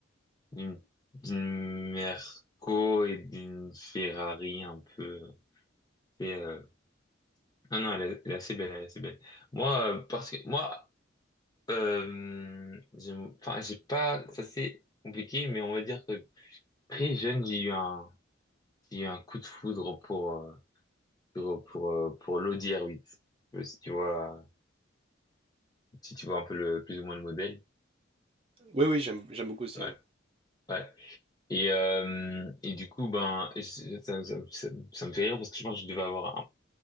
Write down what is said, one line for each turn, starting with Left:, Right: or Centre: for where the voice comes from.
Left: d'une d'une Merco et d'une Ferrari un peu. Et, euh, Non, non, elle est, elle est assez belle, elle est assez belle. Moi, euh, parce que moi, euh, j'ai- enfin, j'ai pas, ça c'est compliqué, mais on va dire que très jeune, j'ai eu un, j'ai eu un coup de foudre pour, euh, pour, pour, euh, pour l'Audi R8. Je sais pas Si tu vois, si tu vois un peu le, plus ou moins le modèle.
Right: Oui, oui, j'aime, j'aime beaucoup aussi.
Left: Ouais,
Right: oui.
Left: ouais. Et, euh, et du coup, ben, je- ça, ça, ça, ça me fait rire parce que je pense que je devais avoir